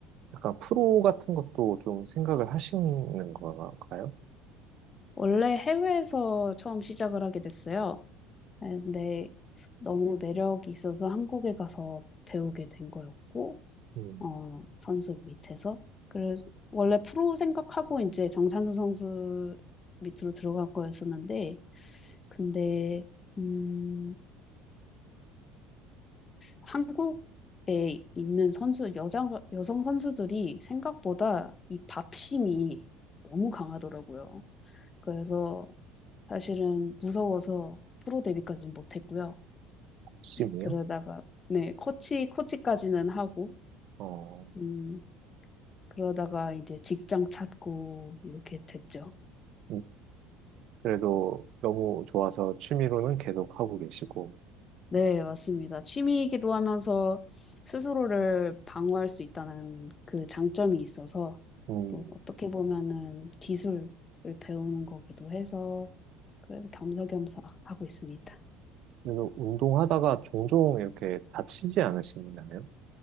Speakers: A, on the right; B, on the left.
A: 약간 프로 같은 것도 좀 생각을 하시는 건가요?
B: 원래 해외에서 처음 시작을 하게 됐어요. 아, 근데 너무 매력이 있어서 한국에 가서 배우게 된 거였고,
A: 음,
B: 어, 선수 밑에서. 그래서 원래 프로 생각하고 이제 정찬수 선수 밑으로 들어갈 거였었는데, 근데, 음, 한국에 있는 선수, 여자, 여성 선수들이 생각보다 이 밥심이 너무 강하더라고요. 그래서 사실은 무서워서 프로 데뷔까지는 못했고요.
A: 취미요?
B: 그러다가, 네, 코치, 코치까지는 하고,
A: 어,
B: 음, 그러다가 이제 직장 찾고 이렇게 됐죠.
A: 음, 그래도 너무 좋아서 취미로는 계속 하고 계시고,
B: 네, 맞습니다. 취미이기도 하면서 스스로를 방어할 수 있다는 그 장점이 있어서
A: 음,
B: 또 어떻게 보면은 기술을 배우는 거기도 해서 그래서 겸사겸사 하고 있습니다.
A: 그래도 운동하다가 종종 이렇게 다치지 않으시나요?